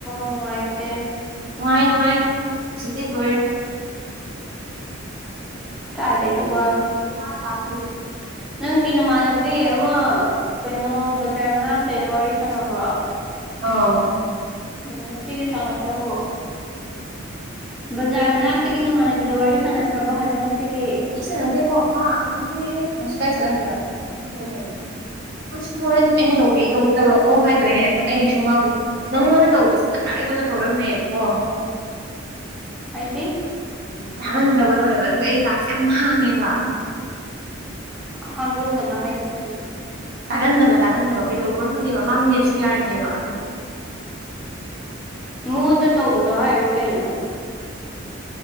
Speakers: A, in the centre; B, on the right (about 55°).
A: ꯅꯨꯡꯉꯥꯏꯇꯦ
B: ꯅꯨꯡꯉꯥꯏ ꯅꯨꯡꯉꯥꯏ ꯁꯤꯗꯤ ꯂꯣꯏꯔꯦ
A: ꯀꯥꯏꯗꯒꯤ ꯋꯥ
B: <unintelligible>
A: ꯅꯪꯒꯤ ꯅꯃꯥꯟꯅꯕꯤ ꯑꯃ ꯀꯩꯅꯣ ꯕꯖꯥꯔ ꯃꯅꯥꯛꯇꯩꯗꯣ ꯋꯥꯔꯤ ꯁꯥꯟꯅꯕ꯭ꯔꯣ꯫
B: ꯑ
A: ꯎꯝ ꯉꯁꯤꯒꯤ ꯁꯥꯟꯅꯈ꯭ꯔꯕꯣ ꯕꯖꯥꯔ ꯃꯅꯥꯛꯇꯒꯤ ꯅꯃꯥꯟꯅꯕꯤꯗꯣ ꯋꯥꯔꯤ ꯁꯥꯟꯅꯈ꯭ꯔꯕꯣ ꯍꯥꯏꯕ ꯉꯁꯤꯒꯤ
B: ꯉꯁꯤ ꯁꯥꯟꯅꯗꯦꯕꯣ ꯃꯥ ꯃꯁꯤ ꯃꯁꯤ ꯀꯥꯏ ꯆꯠꯂꯝꯗꯣꯏꯔꯥ <unintelligible> ꯃꯥꯁꯨ ꯍꯣꯔꯦꯟ ꯑꯩꯅꯕꯤ ꯇꯧꯔꯛꯑꯣ ꯍꯥꯏꯗꯣꯏꯅꯦꯕ ꯑꯩꯁꯨ ꯃꯥꯕꯨ ꯅꯪꯉꯣꯟꯗ ꯇꯧꯕꯁꯤ ꯈꯔ ꯑꯩꯉꯣꯟꯗ ꯄ꯭ꯔꯣꯕ꯭ꯂꯦꯝ ꯂꯩꯌꯦꯕꯀꯣ
A: ꯍꯥꯏꯗꯤ
B: ꯆꯥꯍꯟꯗꯕ ꯇꯧꯋꯦꯕ ꯑꯗꯨ ꯑꯩ ꯇꯥꯛꯁꯦ ꯌꯥꯝ ꯍꯥꯡꯉꯦꯕ
A: ꯍꯥꯡꯒꯟꯗꯕ ꯍꯥꯏꯗꯤ ꯀꯩꯅꯣ
B: ꯇꯥꯒꯟꯗꯕ ꯇꯥꯒꯟꯗꯕ ꯀꯩꯗꯧꯕ꯭ꯔꯥ ꯈꯪꯉꯦꯕ ꯃꯥꯡꯒꯤ ꯅꯦꯠꯁꯨ ꯌꯥꯔꯤꯅꯦꯕ ꯑꯗꯨꯒ
A: ꯃꯉꯣꯟꯗ ꯇꯧꯕꯗꯣ ꯍꯥꯏꯔꯣ ꯀꯩꯅꯣ